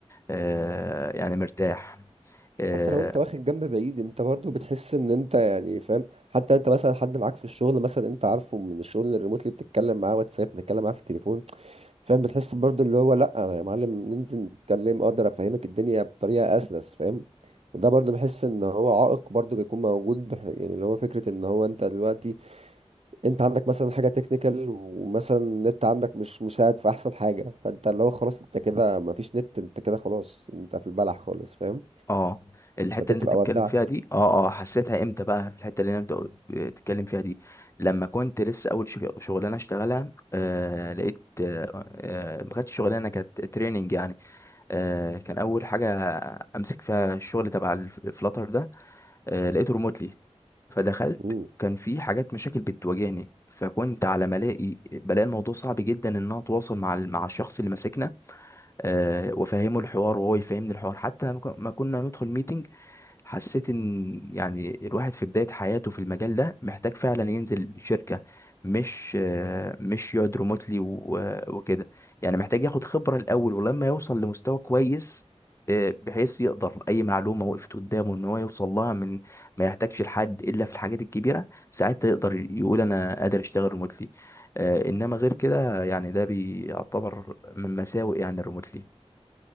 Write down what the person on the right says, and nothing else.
حتى لو انت واخد جنب بعيد انت برضو بتحس ان انت يعني فاهم حتى انت مثلا حد معاك في الشغل مثلا انت عارفه من الشغل الريموتلي بتتكلم معاه واتساب بتتكلم معاه في التليفون فاهم بتحس برضو اللي هو لا انا يا معلم ننزل نتكلم اقدر افهمك الدنيا بطريقه اسلس فاهم وده برضو بحس ان هو عائق برضو بيكون موجود بح... يعني اللي هو فكره ان هو انت دلوقتي انت عندك مثلا حاجه تكنيكال ومثلا النت عندك مش مساعد في احسن حاجه فانت اللي هو خلاص انت كده مفيش نت انت كده خلاص انت في البلح خالص فاهم
فانت
بتبقى
ودعت
مم.